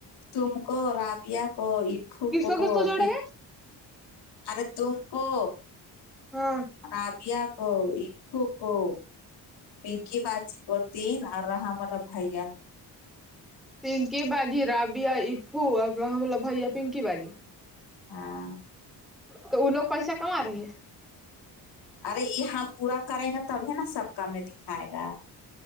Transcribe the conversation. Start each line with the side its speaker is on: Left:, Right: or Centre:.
Left: تم کو رابعہ کو افو
Centre: کس
Left: کو
Centre: کس جوڑے
Left: پ
Centre: ہیں
Left: ارے تم کو
Centre: ہاں
Left: رابیہ کو افو کو پنکی باجی ہوتین نا رہا مطلب بھیا کو
Centre: پنکی بجی رابیا افو اور رحملہ بھیا پنکی باجی
Left: ہاں
Centre: تو وہ لوگ پیسہ کما رہے ہیں
Left: ارے یہ ہم پورا کریں گے تب ہے نا سب کام میں دکھائے گا